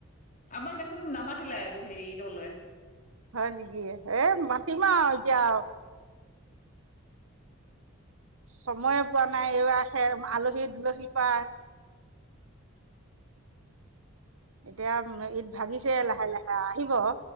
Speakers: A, on the left; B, on the right.
A: আমাক দেখোন নামাতিলায়ে বে-সেই ঈদলৈ?
B: হয় নেকি? এ মাতিম আৰু এতিয়া আৰু। সময়ে পোৱা নাই এইবাৰ সে আলহী- দুলহীৰ পৰা। এতিয়া- ঈদ ভাগিছেই লাহে লাহে আৰু, আহিব,